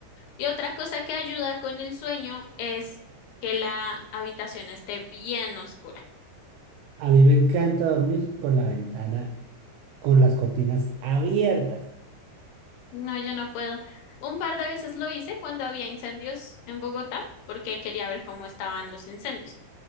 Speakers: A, on the left; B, on the right.
A: Y otra cosa que ayuda con el sueño es que la habitación esté bien oscura.
B: A mí me encanta dormir con la ventana, con las cortinas abiertas.
A: No, yo no puedo. Un par de veces lo hice cuando había incendios en Bogotá, porque quería ver cómo estaban los incendios.